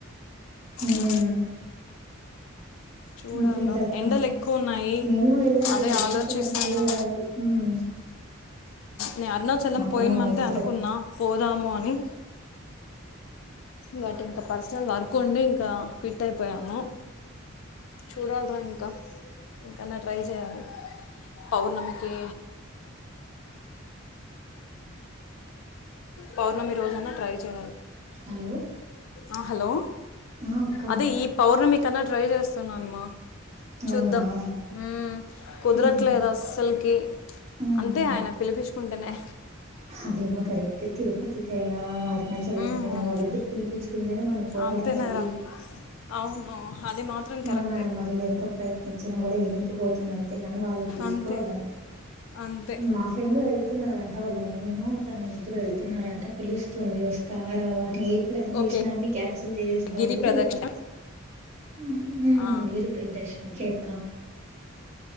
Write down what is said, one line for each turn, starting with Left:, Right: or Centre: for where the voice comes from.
Right: హ్మ్.
Left: ఉ చూడాలిరా
Right: ఇంకేంటక్క
Left: ఎండలు ఎక్కువ ఉన్నాయి
Right: మేము వెళ్ళాలి
Left: అదే
Right: అరుణాచలంకి
Left: ఆలోచిస్తున్నా
Right: ఎలా వె ఉమ్
Left: నే అరుణాచలం
Right: అమ్మో!
Left: పోయినమంతే
Right: ఇంక
Left: అనుకున్నా పోదాము అని బట్ ఇంకా పర్సనల్ వర్క్ ఉండి ఇంకా క్విట్ అయిపోయాము చూడాల్రా ఇంకా ఇంకన్నా ట్రై చేయాలి పౌర్ణమికి పౌర్ణమి రోజున ట్రై చే
Right: హలో!
Left: ఆ హలో
Right: ఆ! అక్క.
Left: అదే ఈ పౌర్ణమికన్నా ట్రై చేస్తున్నామ్మా చూద్దాం
Right: అవునా?
Left: ఉమ్ కుదరట్లేదు
Right: హ్మ్.
Left: అస్సలుకి
Right: హ్మ్.
Left: అంతే
Right: హ్మ్.
Left: ఆయన పిలిపిచుకుంటేనే
Right: అదేమో కరెక్ట్ తిరుపతికైనా అరుణాచలంకైనా
Left: మ్మ్.
Right: వాళ్ళిద్దరు పిలిపిచు కుంటేనే మనం పోవడానికి
Left: అంతేనారా
Right: అయ్యేది
Left: అవును అది మాత్రం కరెక్టే
Right: మనం మరి ఎంత ప్రయ తెచ్చిన కూడా ఎనక్కి పోతుంది అంతే గాని వాళ్ళ పిలుచుకోవాలంతే
Left: అంతే అంతే
Right: మా ఫ్రెండు వెల్ తున్నారంట వాళ్ళ మమ్మీను తన ఇద్దరు ఎళ్తున్నారంట పిలుస్తుంది వస్తవ రావ అని ఎ ప్లాన్ చేసినా
Left: ఓకే
Right: అన్ని క్యాన్సిల్ చేసేసుతావు
Left: గిరి ప్రదక్షిణ
Right: ఉమ్
Left: ఆ,
Right: ఇరు బ్రేక్ దర్శన్ కేక